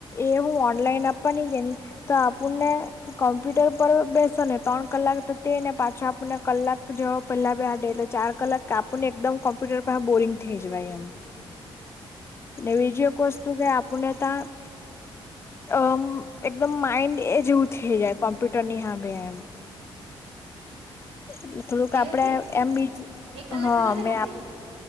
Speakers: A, on the left (about 25°); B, on the right (about 75°).
A: એ હું ઓનલાઈન આપવા નની કે ન તો આપણને
B: હા
A: કોમ્પ્યુટર પર બેસો ને ત્રણ કલાક તો તે ને પાછો આપણને કલાક જવ પેલા બે આ ડેલે ચાર કલાક આપણ ને એકદમ કોમ્પ્યુટર પર બોરિંગ થઈ જવાય એમ. ને બીજી એક વસ્તુ કે આપને ત્યા અ એકદમ માઇન્ડ એ જેવું થઈ જાય કોમ્પ્યુટર ની સામે એમ એટલે થોડુંક આપડે
B: એવું કે
A: એમ બી
B: એક કલાક
A: હા
B: પેલા જ
A: મે
B: હાડ દઈ